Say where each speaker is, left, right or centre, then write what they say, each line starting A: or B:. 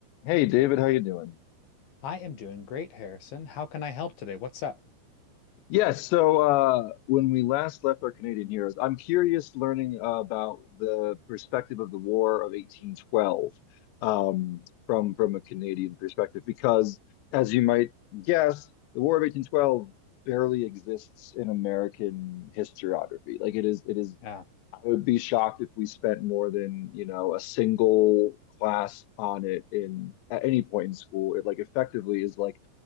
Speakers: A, on the left; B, on the left.
A: Hey David, how you doing?
B: I am doing great, Harrison. How can I help today? What's up?
A: Yes, so uh, when we last left our Canadian heroes, I'm curious learning about the perspective of the War of 1812 um, from from a Canadian perspective, because as you might guess, the War of 1812 barely exists in American historiography. Like it is, it is
B: Uh,
A: I would be shocked if we spent more than, you know, a single class on it in at any point in school. It like effectively is like